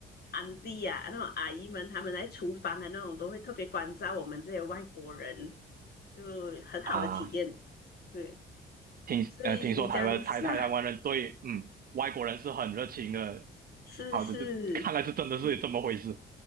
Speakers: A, on the left; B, on the right.
A: 安迪啊、那种阿姨们，他们在厨房的那种都会特别关照我们这些外国人，就很好的体验。
B: 啊，
A: 对，
B: 听呃听说台湾台台台湾人对嗯外国人是很热情的。
A: 所以你讲一下是是，
B: 好的，这看来是真的是这么回事。